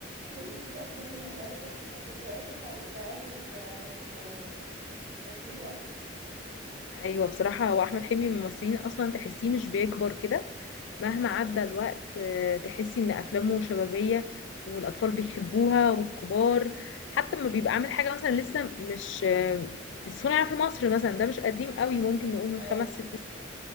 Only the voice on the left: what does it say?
ايوه بصراحه هو احمد حلمي من الممثلين اصلا تحسيه مش بيكبر كده مهما
عدى الوقت آه، تحسي ان افلامه شبابيه والاطفال بيحبوها والكبار حتى لما بيبقى عامل حاجه مثلا لسه مش آه، صنع في مصر مثلا ده مش قديم قوي ممكن نقول من
خمس ست سنين